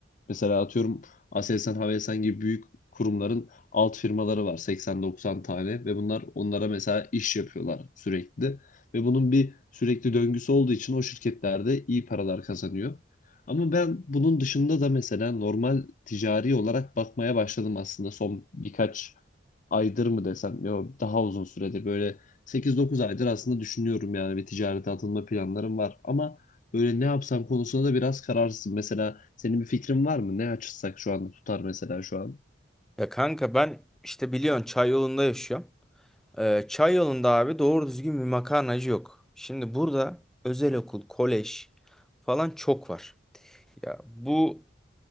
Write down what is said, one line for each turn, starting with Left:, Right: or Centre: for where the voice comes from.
Left: mesela atıyorum Aselsan, Havelsan gibi büyük kurumların alt firmaları var 80-90 tane ve bunlar onlara mesela iş yapıyorlar sürekli ve bunun bir sürekli döngüsü olduğu için o şirketlerde iyi paralar kazanıyor. Ama ben bunun dışında da mesela normal ticari olarak bakmaya başladım aslında son birkaç aydır mı desem yok daha uzun süredir böyle 8-9 aydır aslında düşünüyorum yani bir ticarete atılma planlarım var ama böyle ne yapsam konusunda da biraz kararsızım. Mesela senin bir fikrin var mı? Ne açsak şu anda tutar mesela şu an?
Centre: Ya kanka ben işte biliyorsun çay yolunda yaşıyorum. Ee, çay yolunda abi doğru düzgün bir makarnacı yok. Şimdi burada özel okul, kolej falan çok var. Ya bu